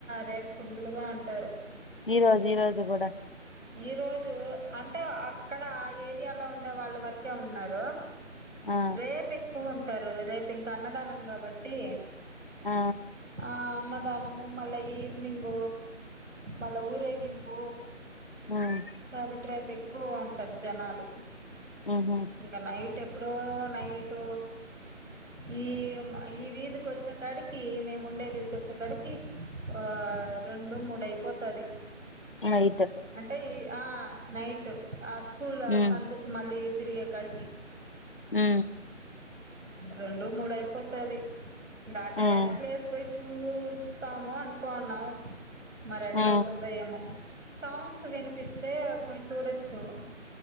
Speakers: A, on the right; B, on the left.
A: రేపు ఫుల్లుగా ఉంటారు
B: ఈ రోజు ఈ రోజు కూడా
A: ఈ రోజు అంటే అక్కడ ఆ ఏరియాలో ఉండే వాళ్ళ వరకే ఉన్నారు
B: ఆ
A: రేపే ఎక్కువ ఉంటారు రేపు ఇంకా అన్నదానం కాబట్టి
B: ఆ
A: ఆ అన్నదానము మళ్ళా ఈవినింగ మళ్ళా ఊరేగింపు
B: ఉమ్
A: ప్రడీప్ రెడ్డి ఎక్కువ ఉంటారు జనాలు
B: ఉహు
A: ఇంకా నై ఎప్పుడో నైట్ ఈ ఈ వీధికి వచ్చా ఇక్కడికి మేము ఉండేది వకొచ్చ అక్కడికి ఆ రెండు మూడు అయిపోతది
B: అయితే
A: అంటే ఈ ఆ నైట్ ఆ స్కూల్ ఆ
B: ఉమ్
A: సందుకి మళ్ళీ తిరిగే కాడికి
B: ఉ
A: రెండు మూడు అయిపోతది గా టాయానికి
B: ఉమ్
A: లేసి పోయి చూడు వస్తాము అనుకున్నాము మరి ఎట్లా
B: ఆ
A: అవుతుందో ఏమో సౌండ్స్ వినిపిస్తే పోయి చూడచ్చు